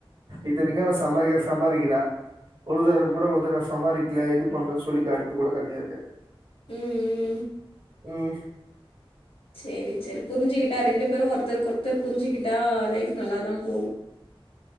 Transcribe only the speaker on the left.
ம் ம்
சேரி சேரி புருஞ்சுக்கிட்டா ரெண்டு பேரு ஒருத்தருக்கு ஒருத்தர் புருஞ்சுக்கிட்டா லைஃப் நல்லா தா போகு